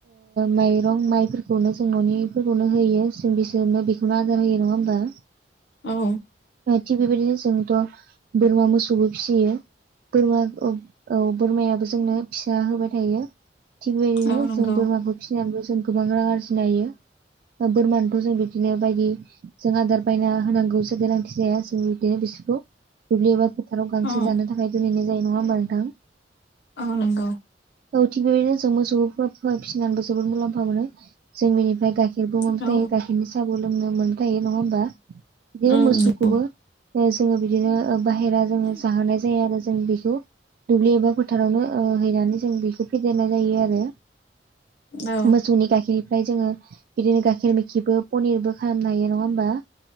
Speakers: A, on the right; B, on the left.
A: माइरं माइफोरखौनो जों न'निफोरखौनो होयो जों बिसोरनो बेखौनो आदार होयो नङा बा
B: औ
A: थिग बेबायदिनो जोंथ' बोरमा मोसौबो फिसियो बोरमा औ बोरमायाबो जोंनो फिसा होबाय थायो थिग बेदिनो
B: औ नंगौ
A: जों बोरमाखौ फिसिनानैबो जों गोबां रां आरजिनो हायो बोरमानोथ' जों बिदिनो बायदि जों आदार बायना होनांगौसो गोनांथि जाया जों बिदिनो खौ दुब्लि एबा फोथाराव गांसो
B: औ
A: जानो थाखाय दोनहैनाय जायो नङा होमबा नोंथां
B: औ नंगौ
A: औ थिग बेबायदिनो जों मोसौफोरखौ फिसिनानैबो जोबोद मुलाम्फा मोनो जों बेनिफ्राय गायखेर खेरबो मोनबायथायायो
B: औ
A: गाइखेरनि साहाबु लोंनो मोनबायथायो नङा होमबा बिदिनो
B: नंगौ
A: मोसौखौबो जोङो बिदिनो बाहेरा जोङो जाहोनाय जायो आरो जों दुब्लि एबा फोथारावनो हैनानै जों बेखौ फेदेरनाय जायो आरो
B: औ
A: मोसौनि गायखेर ओमफ्राय जोङो बिदिनो गाइखेर मेखिबो पनिरबो खालामनो हायो नङा होमबा